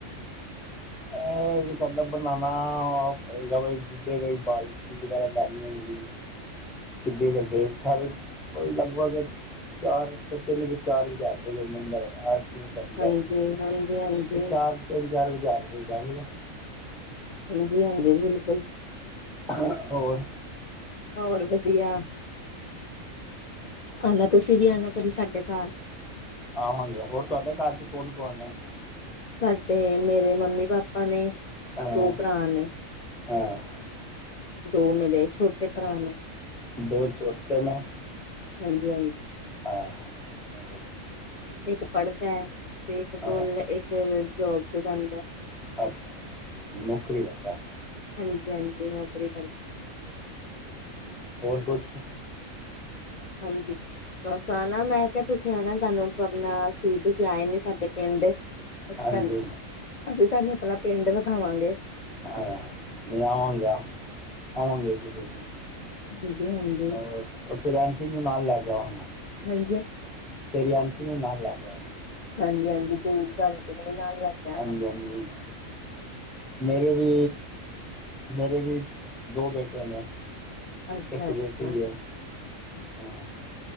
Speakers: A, in the centre; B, on the left (about 60°).
A: ਅਹ ਤੁਹਾਡਾ ਬਨਾਨਾ ਪਏਗਾ ਬਾਈ ਜਿੱਧੇਗਾ ਬਾਲ ਵਗੈਰਾ ਬਾਰੀ ਨਾ ਮਿਲੀ। <inaudible> ਕਿੱਡੇ ਵੱਡੇ ਸਾਰੇ ਲਗਭਗ ਚਾਰ ਤੋਂ ਤਿੰਨ ਕ ਚਾਰ ਹਜ਼ਾਰ ਰੁਪਏ ਦੇੰ ਅੰਦ ਅੰਦਰ ਐਸ ਮੈ ਤਾਨੂ ਦੱਸ
B: ਹਾਂਜੀ-ਹਾਂਜੀ,
A: ਦੀਆ,
B: ਹਾਂਜੀ,
A: ਚਾਰ ਤਿੰਨ ਚਾਰ ਕ ਹਜ਼ਾਰ ਰੁਪਏ ਚ ਆਜੇਗਾ।
B: ਹਾਂਜੀ ਹਾਂਜੀ, ਬਿਲਕੁਲ।
A: ਹ ਹੋਰ?
B: ਹੋਰ ਵਧੀਆ। ਆਨਾ ਤੁਸੀਂ ਵੀ ਆਣਾ ਕਦੀ ਸਾਡੇ ਘਰ।
A: ਆਵਾਂਗੇ, ਹੋਰ ਤੁਹਾਡੇ ਘਰ ਚ ਕੌਣ ਕੌਣ ਏ
B: ਸਾਡੇ ਮੇਰੇ ਮੰਮੀ ਪਾਪਾ ਨੇ।
A: ਹਾਂ।
B: ਓਹ ਭਰਾ ਨੇ।
A: ਹਾਂ
B: ਦੋ ਮੇਰੇ ਛੋਟੇ ਭਰਾ ਨੇ।
A: ਦੋ ਛੋਟੇ ਨੇ।
B: ਹਾਂਜੀ ਹਾਂਜੀ।
A: ਹਾਂ, ਹੋਰ?
B: ਇੱਕ ਪੜ੍ਹਦੈ, ਤੇ ਇੱਕ
A: ਹਾਂ
B: ਕੋਲ ਇੱਕ ਜੋਬ ਤੇ ਜਾਂਦੈ।
A: ਅੱਛਾ ਜੀ, ਨੌਕਰੀ ਕਰੱਦੈ।
B: ਹਾਂਜੀ ਹਾਂਜੀ, ਨੌਕਰੀ ਕਰਦ
A: ਹੋਰ ਕੁਛ?
B: ਹਾਂਜੀ। ਬਸ ਆਣਾ ਮੈਂ ਕਿਹਾ ਤੁਸੀਂ ਆਣਾ ਤੁਹਾਨੂੰ ਪਬਨਾ ਸੀ ਤੁਸੀਂ ਆਏ ਨੀ ਸਾਡੇ ਪਿੰਡ। ਅਸੀਂ
A: ਹਾਂਜੀ
B: ਤੁਹਾਨੂੰ, ਅਸੀਂ ਤੁਹਾਨੂੰ ਅਪਣਾ ਪਿੰਡ ਵਿਖਾਵਾਂਗੇ।
A: ਹਾ ਲੈ ਆਵਾਂਗਾ, ਆਵਾਂਗੇ ਜਰੂਰ।
B: ਹਾਂਜੀ-ਹਾਂਜੀ।
A: ਔਰ, ਔਰ ਫੇਰ ਆਂਟੀ ਨੂੰ ਨਾਲ ਲੈ ਕੇ ਆਵਾਂਗਾ।
B: ਹਾਂਜੀ।
A: ਤੇਰੀ ਆਂਟੀ ਨੂੰ ਨਾਲ ਲੈਂਕੇ ਆਵਾਂਗੇ।
B: ਹਾਂਜੀ-ਹਾਂਜੀ ਦ ਭੈਣ ਜੀ ਨੂੰ ਵੀ ਨਾਲ ਲੈ ਕੇ ਆਣਾ
A: ਹਾਂਜੀ-ਹਾਂਜੀ ਮੇਰੇ ਵੀ, ਮੇਰੇ ਵੀ ਦੋ ਬੇਟੇ ਨੇ।
B: ਅੱਛਾ
A: ਇੱਕ ਬੇਟੀ
B: ਅੱਛਾ
A: ਹੈ, ਹਾਂ।